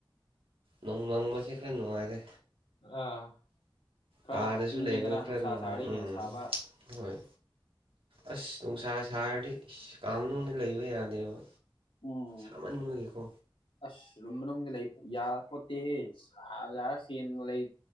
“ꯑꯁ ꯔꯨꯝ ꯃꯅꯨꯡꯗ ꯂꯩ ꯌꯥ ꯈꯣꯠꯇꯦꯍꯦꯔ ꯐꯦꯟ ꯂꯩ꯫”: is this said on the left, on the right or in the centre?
Left